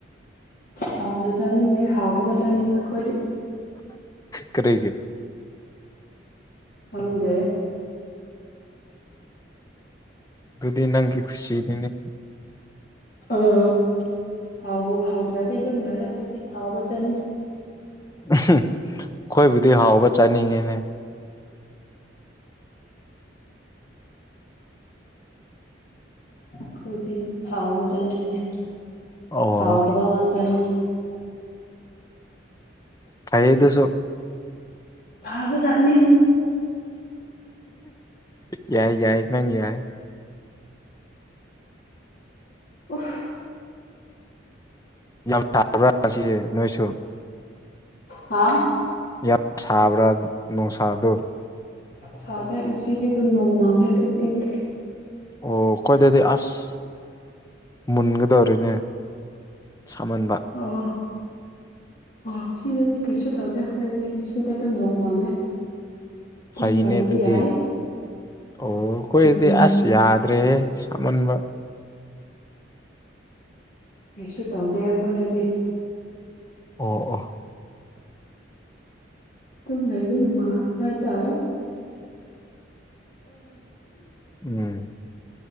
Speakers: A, on the left; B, on the left.
A: ꯍꯥꯎꯅ ꯆꯥꯅꯤꯡꯗꯦ ꯍꯥꯎꯗꯕ ꯆꯥꯅꯤꯡꯉꯦ ꯑꯩꯈꯣꯏꯗꯤ
B: ꯀꯔꯤꯒꯤ
A: ꯈꯪꯗꯦ
B: ꯑꯗꯨꯗꯤ ꯅꯪꯂꯤ ꯈꯨꯁꯤꯅꯤꯅꯦ
A: ꯑꯥ ꯍꯥꯎꯕꯨ ꯍꯥꯎꯗ꯭ꯔꯗꯤ ꯑꯗꯨꯝ ꯌꯥꯔ ꯑꯩꯈꯣꯏꯗꯤ ꯍꯥꯎꯕ ꯆꯅꯤꯡꯉꯤ
B: ꯑꯩꯈꯣꯏꯕꯨꯗꯤ ꯍꯥꯎꯕ ꯆꯥꯅꯤꯡꯉꯤꯅꯦ
A: ꯑꯩꯏꯗꯤ ꯍꯥꯎꯕ ꯆꯅꯤꯡꯗꯦ
B: ꯑꯣ
A: ꯍꯥꯎꯗꯕꯥ ꯉꯥꯛ ꯆꯥꯅꯤꯡ
B: ꯈꯩꯗꯨꯁꯨ
A: ꯐꯥꯕꯖꯥꯠꯅꯤ
B: ꯌꯥꯏ ꯌꯥꯏ ꯅꯪ ꯌꯥꯏ
A: ꯎꯝ
B: ꯌꯥꯝ ꯁꯥꯕ꯭ꯔ ꯉꯁꯤꯗꯤ ꯅꯣꯏꯁꯨ
A: ꯍꯥꯥ
B: ꯌꯥꯝ ꯁꯥꯕ꯭ꯔꯥ ꯅꯨꯡꯁꯥꯗꯣ
A: ꯁꯥꯗꯦ ꯅꯨꯡꯁꯤꯗꯤ ꯑꯗꯨꯝ ꯅꯣꯡꯉꯥꯟꯕꯗꯩꯑꯗꯨꯝ ꯏꯡꯢ
B: ꯑꯣ ꯑꯩꯈꯣꯢꯗꯗꯤ ꯑꯁ ꯑꯁ ꯃꯨꯟꯒꯗꯧꯔꯦꯅꯦ ꯁꯥꯃꯟꯕ
A: ꯑꯣ ꯑꯣ ꯁꯤꯗꯗꯤ ꯀꯩꯁꯨ ꯇꯧꯗꯦ ꯑꯩꯈꯣꯏ ꯁꯤꯗꯤ ꯑꯗꯨꯝ ꯅꯣꯡ ꯃꯥꯡꯉꯦ ꯑꯗꯨꯝ
B: ꯐꯩꯅꯦ
A: ꯂꯩꯕ
B: ꯑꯗꯨꯗꯤ
A: ꯌꯥꯏ
B: ꯑꯣ ꯑꯩꯈꯣꯏꯗꯤ
A: ꯎꯝ
B: ꯑꯁ ꯌꯥꯗ꯭ꯔꯦ ꯁꯥꯃꯟꯕ
A: ꯀꯩꯁꯨ ꯇꯧꯗꯦ ꯑꯩꯈꯣꯏꯅꯗꯤ
B: ꯑꯣ ꯑꯣ
A: ꯑꯗꯨꯝ ꯂꯩꯕ ꯅꯨꯅꯨꯡꯃꯥꯏ ꯍꯥꯏꯇꯥꯔꯦ
B: ꯎꯝ